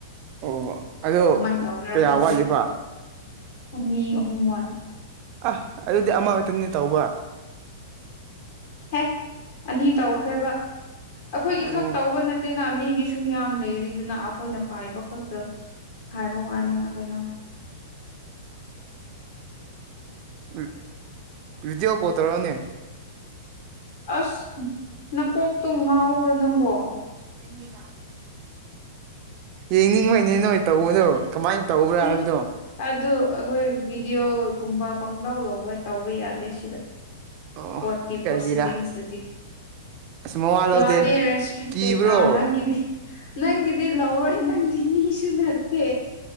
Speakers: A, on the right; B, on the left.
A: ꯑꯣ ꯑꯗꯣ
B: ꯀꯃꯥꯏꯅ ꯇꯧꯒꯦꯔꯥ
A: ꯀꯌꯥ
B: ꯈꯪꯗꯦ
A: ꯋꯥꯠꯂꯤꯕ
B: ꯑꯅꯤ ꯑꯍꯨꯝ ꯋꯥꯠ
A: ꯑꯍ ꯑꯗꯨꯗꯤ ꯑꯃꯈꯛꯇꯅꯤ ꯇꯧꯕ
B: ꯍꯦ ꯑꯅꯤ ꯇꯧꯈ꯭ꯔꯦꯕ ꯑꯩꯈꯣꯏꯒꯤ
A: ꯎꯝ
B: ꯈꯛ ꯇꯧꯕ ꯅꯠꯇꯦꯅ ꯃꯤꯒꯤꯁꯨ ꯁꯨꯝ ꯃꯌꯥꯝ ꯂꯩꯔꯤꯗꯨꯅ ꯑꯩꯈꯣꯏꯅ ꯄꯥꯏꯕ ꯈꯛꯇ ꯍꯥꯏꯕ ꯋꯥꯅꯤꯅ ꯀꯩꯅꯣ
A: ꯎꯝ ꯕꯤꯗꯤꯑꯣ ꯀꯣꯜ ꯇꯧꯔꯛꯑꯣꯅꯦ꯫
B: ꯑꯁ ꯅꯀꯣꯛꯇꯣ ꯉꯥꯎꯕ꯭ꯔꯣ ꯅꯪꯕꯣ꯫
A: <unintelligible> ꯌꯦꯡꯅꯤꯡꯕꯩꯅꯦ ꯅꯣꯏ ꯇꯧꯕꯗꯣ ꯀꯃꯥꯏꯅ ꯇꯧꯕ꯭ꯔꯥ
B: ꯑꯦ
A: ꯍꯥꯏꯕꯗꯣ
B: ꯑꯗꯨ ꯑꯩꯈꯣꯏ ꯚꯤꯗꯤꯌꯑꯣꯒꯨꯝꯕ ꯄꯪꯂꯥꯎ ꯂꯧꯕ ꯇꯧꯕ ꯌꯥꯗꯦ ꯁꯤꯗ
A: ꯑꯣ
B: ꯀꯣꯔꯠꯀꯤ
A: ꯀꯩꯒꯤꯔꯥ
B: ꯄ꯭ꯔꯣꯁꯤꯗꯤꯡꯁꯇꯗꯤ
A: ꯑꯁ ꯃꯋꯥ ꯂꯧꯗꯦ
B: ꯌꯥꯗꯦ ꯔꯦꯁꯇ꯭ꯔꯤꯛꯇꯦꯠ
A: ꯀꯤꯕ꯭ꯔꯣ
B: ꯑ ꯅꯪꯒꯤꯗꯤ ꯅꯪꯒꯤꯗꯤ ꯂꯧꯔꯣꯏ ꯅꯪꯗꯤ ꯃꯤꯁꯨ ꯅꯠꯇꯦ